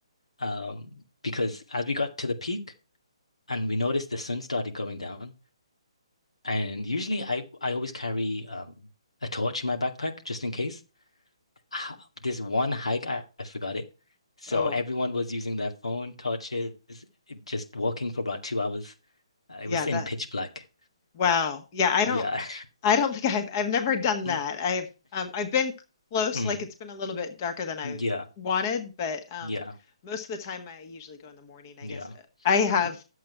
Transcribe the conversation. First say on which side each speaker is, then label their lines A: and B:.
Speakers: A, on the left (about 80°); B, on the left (about 35°).
A: Um, because as we got to the peak and we noticed the sun started going down, and usually I, I always carry um, a torch in my backpack just in case. H- This one hike, I, I forgot it. So
B: Oh,
A: everyone was using their phone, torches, it- just walking for about two hours. Uh, It
B: yeah,
A: was
B: that.
A: in pitch black.
B: Wow. Yeah, I don't
A: Yeah.
B: I don't think I've I've never done
A: <laughs>
B: that. I've um I've been close,
A: Mm.
B: like it's been a little bit darker than I
A: Yeah.
B: wanted, but um
A: Yeah.
B: most of the time I usually go in the morning,
A: Yeah.
B: I guess. I have
A: Y-